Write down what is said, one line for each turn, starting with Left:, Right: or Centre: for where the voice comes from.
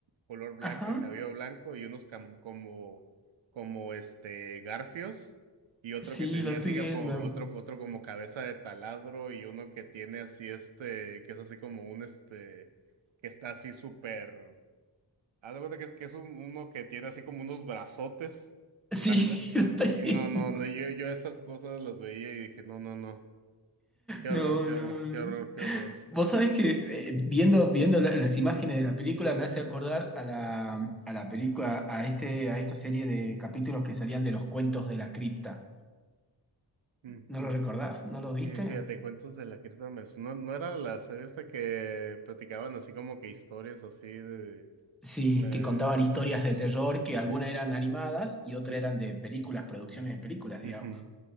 Right: color blanca,
Centre: Ajá.
Right: cabello blanco y unos cam- como como este garfios y otro
Centre: Sí,
Right: que tenía
Centre: lo estoy
Right: así que
Centre: viendo.
Right: como otro otro como cabeza de taladro y uno que tiene así este que es así como un este que está así súper haz de cuenta que es, que es un- uno que tiene así como unos brazotes
Centre: Sí,
Right: grandes
Centre: <laughs> lo estoy
Right: y
Centre: viendo.
Right: no no no yo yo esas cosas las veía y dije no no no qué horror
Centre: No,
Right: qué
Centre: no,
Right: horror
Centre: no.
Right: qué horror qué horror
Centre: Vos sabés que eh, viendo, viendo la- las imágenes de la película me hace acordar a la, a la película, a este, a esta serie de capítulos que salían de los cuentos de la cripta.
Right: Ujú.
Centre: ¿No lo recordás? ¿No lo viste?
Right: Y fíjate, Cuentos de la Cripta me su- No, no era la serie esta que platicaban así como que historias así de...
Centre: Sí,
Right: Me
Centre: que contaban
Right: sup,
Centre: historias
Right: sup,
Centre: de
Right: supas,
Centre: terror, que
Right: sí,
Centre: algunas eran animadas y otras
Right: sí. sí.
Centre: eran de películas, producciones de películas, digamos.
Right: Ujú,